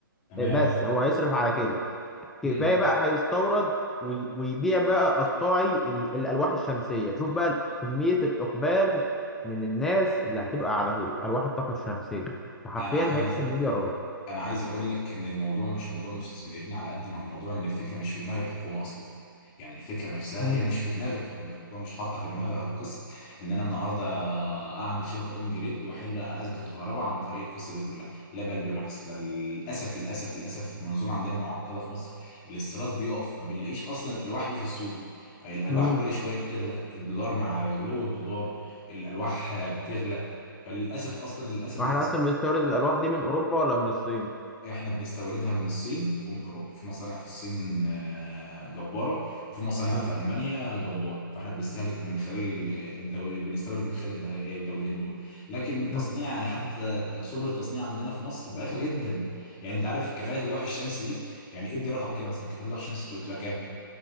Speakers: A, on the left (about 20°); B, in the centre.
A: تمام
B: بس هو هيصرف على كده كفايه
A: امم
B: بقى هيستورد وي- ويبيع بقى قطاعي ال- الالواح الشمسيه شوف بقى كميه الاقبال من الناس اللي هتبقى على ال- الواح الطاقه الشمسيه فحرفيا
A: انا عايز
B: هيكسب مليارات
A: انا عايز اقول لك ان الموضوع مش موضوع مستثمرين على قد ما هو موضوع ان الفكره مش في دماغ الحكومه اصلا يعني الفكره نفسها
B: مم.
A: هي مش في دماغ الحكومه الحكومه مش حاطه في دماغها قصه ان انا النهارده اعمل شبكه اون جريد واحل ازمه الكهرباء عن طريق القصه دي كلها لا بل بالعكس ده للاسف للاسف للاسف المنظومه عندنا معقده في مصر الاستيراد بيقف ما بنلاقيش اصلا الالواح دي في السوق الالواح
B: مم.
A: كل شويه بتغلى الدولار مع غلو الدولار الالواح بتغلى فللاسف اصلا للاسف
B: واحنا
A: للاسف
B: اصلا بنستورد الالواح دي من اوروبا ولا من الصين
A: احنا بنستوردها من الصين ومن اوروبا في مصانع في الصين آه، جباره وفي مصانع
B: مم.
A: في المانيا جباره فاحنا بنستهلك من خلال الدول بنستورد من خلال الده- الدولتين دول لكن التصنيع
B: مم.
A: يعني حتى ت- ت- سبل التصنيع عندنا في مصر ضعيفه جدا يعني انت عارف كفاءه اللوح الشمسي دي يعني ادي رقم كده مثلا كفاءه اللوح الشمسي بتبقى بتبقى كام